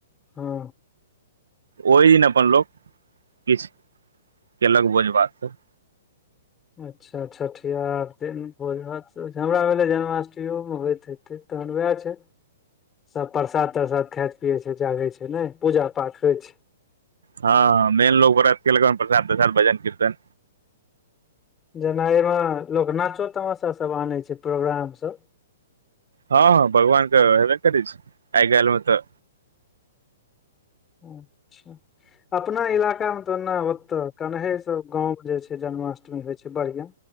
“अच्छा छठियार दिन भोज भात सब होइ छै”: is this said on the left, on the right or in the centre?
Left